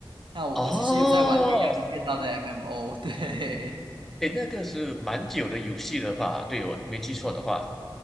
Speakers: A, on the right (about 70°); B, in the centre.
A: 那我我其实有在玩《天涯明月刀》的
B: 哦，
A: MMO，对。
B: 诶，那个是蛮久的游戏了吧？对，我没记错的话，